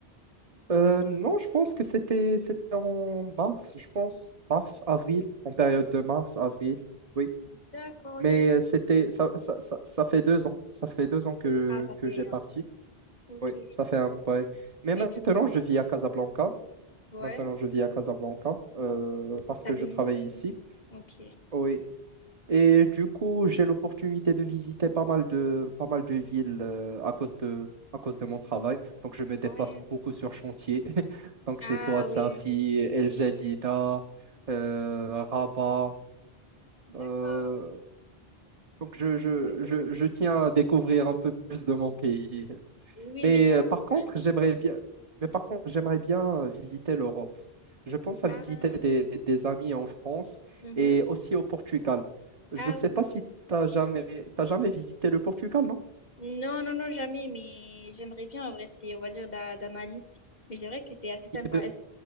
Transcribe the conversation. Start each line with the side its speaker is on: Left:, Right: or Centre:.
Right: Euh, non, je pense que c'était c'était en mars, je pense. Mars, avril, en période de mars, avril, oui.
Left: D'accord,
Right: Mais
Left: ok.
Right: euh, c'était ça, ça, ça, ça fait deux ans. Ça fait deux ans que,
Left: Ah, ça fait...
Right: que j'ai parti.
Left: euh, Ok.
Right: Oui, ça fait un vrai. Mais
Left: Et
Right: maintenant,
Left: tu...
Right: je vis à Casablanca.
Left: Ouais.
Right: Maintenant, je vis à Casablanca euh, parce
Left: Ça
Right: que
Left: bouge
Right: je travaille
Left: beaucoup.
Right: ici.
Left: Ok.
Right: Oui, Et du coup, j'ai l'opportunité de visiter pas mal de, pas mal de villes euh, à cause de, à cause de mon travail. Donc, je me déplace
Left: Ouais.
Right: beaucoup sur chantier. <laughs> Donc,
Left: Ah,
Right: c'est soit Safi,
Left: oui, oui, oui.
Right: El Jadida, euh, Rabat. Euh,
Left: D'accord.
Right: donc, je, je,
Left: Ouais, donc-
Right: je, je tiens à découvrir un peu plus de mon pays.
Left: Oui,
Right: Mais
Left: mais t'as...
Right: euh, par contre,
Left: ouais.
Right: j'aimerais bien, mais par contre, j'aimerais bien euh, visiter l'Europe. Je pense à
Left: Ah,
Right: visiter des, des amis en France
Left: mhm.
Right: et aussi au Portugal. Je
Left: Ah
Right: ne sais
Left: oui.
Right: pas si tu n'as jamais, t'as jamais visité le Portugal, non?
Left: Non, non, non, jamais, mais j'aimerais bien, en vrai, c'est, on va dire, dans, dans ma liste. Mais c'est vrai que c'est assez sympa.
Right: Il y a de,